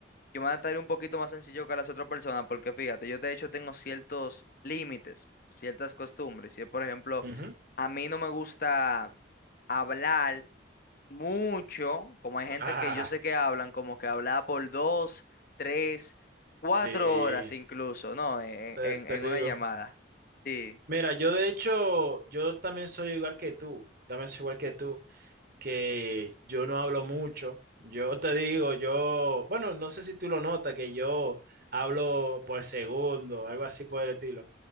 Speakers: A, on the left; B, on the right.
A: yo me adaptaría un poquito más sencillo que las otras personas, porque fíjate, yo de hecho tengo ciertos límites, ciertas costumbres, si por ejemplo,
B: ujú.
A: a mí no me gusta hablar mucho, como hay
B: <laughs>
A: gente
B: Ah,
A: que yo sé que hablan, como que hablaba por dos, tres, cuatro
B: sí,
A: horas incluso, ¿no? En,
B: te,
A: en,
B: te
A: en
B: digo.
A: una llamada. Sí,
B: Mira, yo de hecho, yo también soy igual que tú, también soy igual que tú, que yo no hablo mucho. Yo te digo, yo, bueno, no sé si tú lo notas, que yo hablo por segundo, algo así por el estilo,